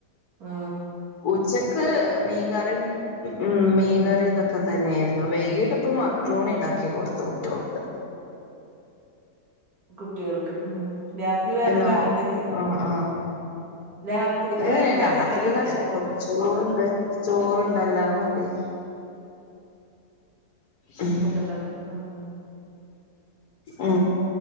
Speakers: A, on the right; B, on the left.
A: മ്
B: ഉച്ചക്ക് മീൻകറിയും മ് മീൻകറിയും
A: ഉം
B: ഇതൊക് ഒക്കെ തന്നെയായിരുന്നു വൈകിട്ടപ്പൊ മക്രോണി ഉണ്ടാക്കി കൊടുത്തു കുട്ടി ഓൾക്ക്.
A: കുട്ടിയൾക്ക് ഉം. രാത്രി വേറെണ്ടാക്കണ്ടെഞ്ഞ്?
B: ഹലോ ആഹ് ആഹ്
A: രാത്രിക്ക്
B: ഏഹ്
A: വേറെണ്ടാക്കണ്ടേ
B: രാത്രിക്കൊക്കെ
A: <unintelligible> ക്ക.
B: ചോറ് ചോറുണ്ട്. ചോറ്ണ്ടല്ലോ. അത് മതി. മ്
A: ഉച്ചക്കത്തണ്ട് ഉം
B: അ